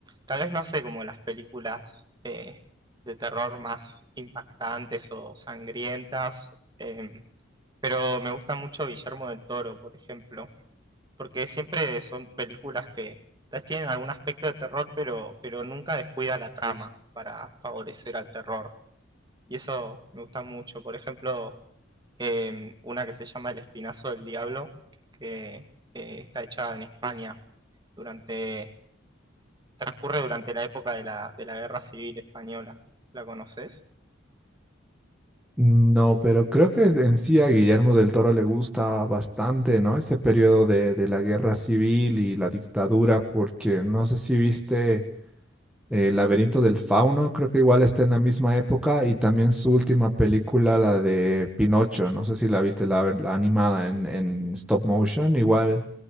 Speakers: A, on the right; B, in the centre.
A: tal vez no hace como las películas eh, de terror más impactantes o sangrientas, em, pero me gusta mucho Guillermo del Toro, por ejemplo, porque siempre son películas que tal vez tienen algún aspecto de terror, pero, pero nunca descuida la trama para favorecer al terror. Y eso me gusta mucho. Por ejemplo, eh, una que se llama El Espinazo del Diablo, que eh, está hecha en España durante, transcurre durante la época de la, de la Guerra Civil Española. ¿La conoces?
B: No, pero creo que en sí a Guillermo del Toro le gusta bastante, ¿no? Ese periodo de, de la guerra civil y la dictadura, porque no sé si viste eh, El laberinto del fauno, creo que igual está en la misma época, y también su última película, la de Pinocho, no sé si la viste, la, la animada en, en stop motion, igual